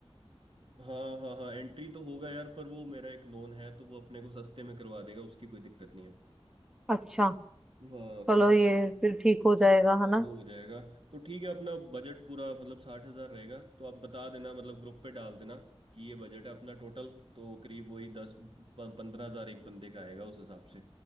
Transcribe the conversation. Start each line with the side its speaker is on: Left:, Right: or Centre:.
Right: हाँ हाँ हाँ एंट्री तो होगा यार पर वो मेरा एक नोन है तो वो अपने को सस्ते में करवा देगा उसकी कोई दिक्कत नहीं है
Centre: अच्छा
Right: हाँ
Centre: चलो
Right: तो
Centre: ये फिर ठीक हो जाएगा
Right: हाँ,
Centre: है ना
Right: वो हो जाएगा तो ठीक है अपना बजट पूरा मतलब साठ हजार रहेगा तो आप बता देना मतलब ग्रुप पे डाल देना कि ये बजट है अपना टोटल तो करीब वही दस पंद्रह हजार एक बंदे का आएगा उस हिसाब से